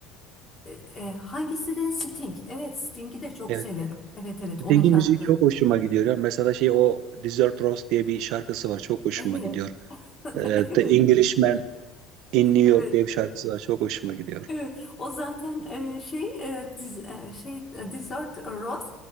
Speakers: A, on the left; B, on the right.
A: e, e, hangisi Sting? Evet, Sting'i de çok
B: Evet.
A: severim. Evet, evet.
B: Sting'in
A: Onun şarkıları.
B: müziği çok hoşuma gidiyor. ya. mesela şey o Desert Rose diye bir şarkısı var. Çok hoşuma
A: Evet.
B: gidiyor. E,
A: <laughs> Evet.
B: The Englishman in New
A: Evet.
B: York diye bir şarkısı var. Çok hoşuma gidiyor.
A: Evet, o zaten e, şey e, diz, e, şey e, Desert Rose